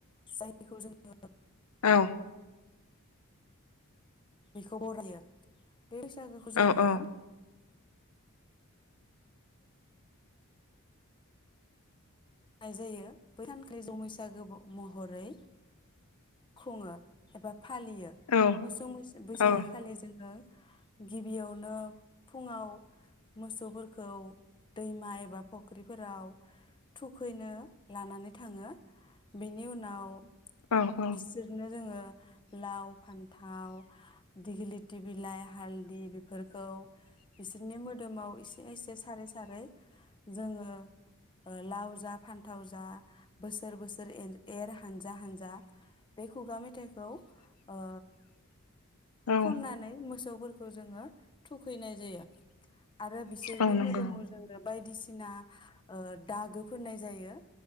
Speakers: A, on the left (about 20°); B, on the left (about 85°).
A: जायखौ जोङो
B: औ।
A: बेखौ बरायो बे बैसागोखौ जोङो
B: औ औ
A: <inaudible> खुंनाय नाय जायो ब सानखालि जों बैसागो महरै खुङो एबा फालियो
B: औ
A: मोसौ बैसागो
B: औ
A: खालि जोङो गिबियावनो फुङाव मोसौफोर खौ दैमा एबा फुख्रिफोराव थुखैनो लानानै थाङो। बेनि उनाव
B: औ
A: बिसोरनो जोङो लाव फान्थाव दिगिलिथि बिलाइ हालदि बेफोरखौ बिसोरनि मोदोमाव एसे एसे एसे सारै सारै जोङो लाव जा फान्थाव जा बोसोर बोसोर एर हानजा हानजा बे खुगा मेथाइखौ ओ
B: औ
A: खननानै मोसौ फोरखौ जोङो थुखैनिय जायो। आरो बिसोरनि
B: औ नंगौ
A: मोदोमाव जोङो बायदिसिना ओ दागो फोननाय जायो